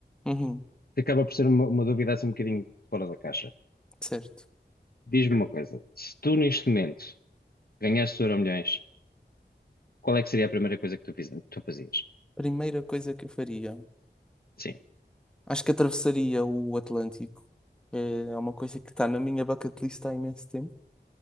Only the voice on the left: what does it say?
que acaba por ser uma, uma dúvida assim um bocadinho fora da caixa.
Diz-me uma coisa, se tu neste momento ganhasses o Euromilhões, qual é que seria a primeira coisa que tu, fiz- tu fazias?
Sim,